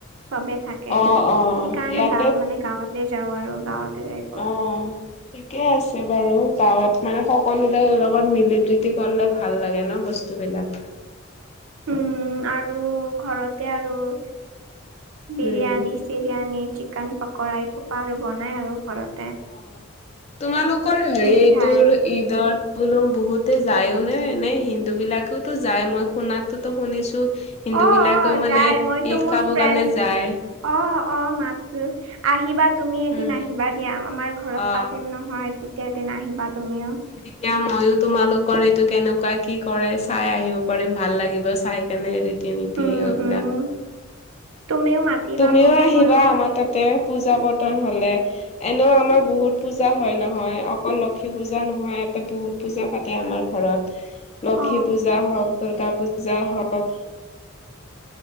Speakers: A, on the right; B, on the left.
A: চবে থাকে
B: অ অ
A: সেইকাৰণে
B: ইয়াতে
A: গা মানে গাঁৱত যাও আৰু গাৱাতে যাই
B: অ ঠিকেই আছে বাৰু গাঁৱত মানে সকলোৰে লগত মিলি প্ৰীতি কলে ভাল লাগে ন বস্তুবলাক
A: উম আৰু ঘৰতে আৰু বিৰিয়ানী
B: উম
A: চিৰিয়ানী চিকেন পকৰা এই খোপা আৰু বনাই আৰু ঘৰত
B: অ তোমালোকৰ হেৰিটোৰ
A: মিঠাই
B: ঈদত বোলুম বহুতে যায়ও নে এনেই হিন্দু বিলাকেওতো যায় মই সোণাতটোতো শুনিছো হিন্দু
A: অ
B: বিলাকেও
A: অ
B: মানে
A: যাই মইতো
B: ঈদ
A: মোৰ
B: খাব
A: ফ্ৰেণ্ড
B: কাৰণে যায়
A: অ অ মাতো আহিবা তুমি এদিন
B: উম
A: আহিবা দিয়া আমাৰ ঘৰত
B: অ
A: পাতিম নহয় তেতিয়া এদিন আহিবা তুমিও
B: এতিয়া মইো তোমালোকৰ এইটো কেনেকুৱা কি কৰে চাই আহিব পাৰিম ভাল লাগিব চাই তেনে দু তিনি তিনি
A: উম
B: আৰুবিলাক
A: উম তুমিও মাতিবা
B: তুমিও
A: মোক
B: আহিবা
A: মইও
B: আমাৰ তাত তে পূজা পাতন হলে এনেও আমাৰ বহুত পূজা হয় নহয় অকল লক্ষী পূজা নহয় ইয়াতে বহুত পূজা পাতে আমাৰ ঘৰত লক্ষী
A: অ
B: পূজা হওক দুূৰ্গা পূজা হওক